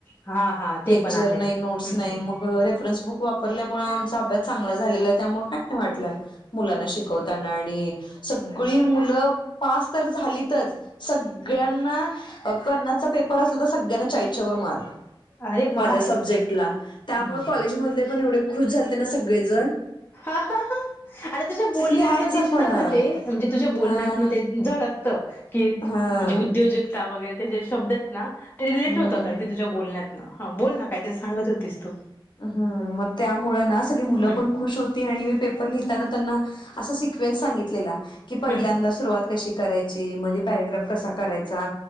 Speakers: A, on the left; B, on the left.
A: हा हा ते
B: लेक्चर
A: पण आहे
B: नाई
A: हम्म
B: नोट्स नाई
A: हम्म
B: मग अं रेफरन्स बुक वापरल्यामुळं आमचा अभ्यास चांगला झालेला आहे त्यामुळं काय नाई वाटला मुलांना शिकवता नाय आणि सगळी मुलं पास तर झालीतच सगळ्यांना अ पन्नासचा पेपर असला त सगळ्यांना चाळीसच्यावर मार्क.
A: अरे
B: माझ्या
A: वा
B: सब्जेक्टला त्यामुळं
A: हम्म
B: कॉलेज मधले पण एवढे खुश झाल्ते ना सगळेजण
A: हा हा हा आणि तुझ्या बोलण्यातनं
B: लिहायचं
A: दिसतं
B: पण हा
A: ग ते म्हणजे तुझ्या बोलण्यातन ते झळकतं कि
B: हा
A: म्हणजे उद्योजकता वगैरे ते जे शब्दयेत ना ते रिलेट
B: हम्म
A: होतात अगदी तुझ्या बोलण्यात न हा बोल ना कायतरी सांगत होतीस तू.
B: हम्म म त्यामुळं ना सगळी मुलं
A: हम्म
B: पण खुश होती आणि मी पेपर लिहिताना त्यांना असा सिक्वेन्स सांगितलेला की पहिल्यांदा
A: हम्म
B: सुरुवात कशी करायची मध्ये पॅरेग्राफ कसा करायचा